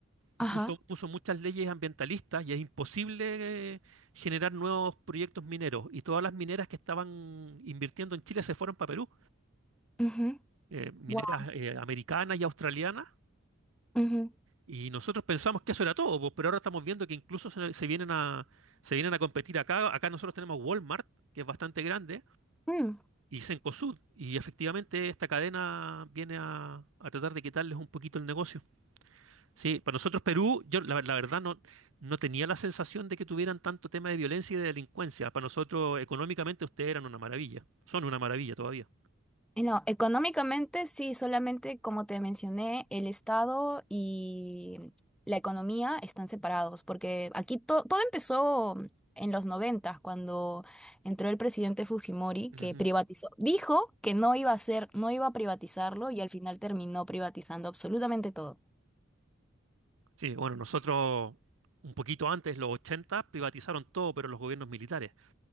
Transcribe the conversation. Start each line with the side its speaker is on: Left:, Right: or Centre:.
Centre: ajá,
Right: y puso, puso muchas leyes ambientalistas, y es imposible eh, generar nuevos proyectos mineros. Y todas las mineras que estaban invirtiendo en Chile se fueron para Perú,
Centre: ujú,
Right: eh, mineras
Centre: guau,
Right: eh, americanas y australianas.
Centre: ujú,
Right: Y nosotros pensamos que eso era todo, pues, pero ahora estamos viendo que incluso se, se vienen a, se vienen a competir acá. Acá nosotros tenemos Walmart, que es bastante grande,
Centre: mm,
Right: y Cencosud. Y efectivamente esta cadena viene a, a tratar de quitarles un poquito el negocio. Sí, para nosotros Perú, yo la, la verdad no, no tenía la sensación de que tuvieran tanto tema de violencia y de delincuencia. Para nosotros económicamente ustedes eran una maravilla. Son una maravilla todavía.
Centre: Y No, económicamente sí, solamente como te mencioné, el Estado y la economía están separados, porque aquí to- todo empezó en los noventas, cuando entró el presidente Fujimori, que
Right: Ujú.
Centre: privatizó, dijo que no iba a hacer, no iba a privatizarlo y al final terminó privatizando absolutamente todo.
Right: Sí, bueno, nosotros un poquito antes, los 80 privatizaron todo, pero los gobiernos militares.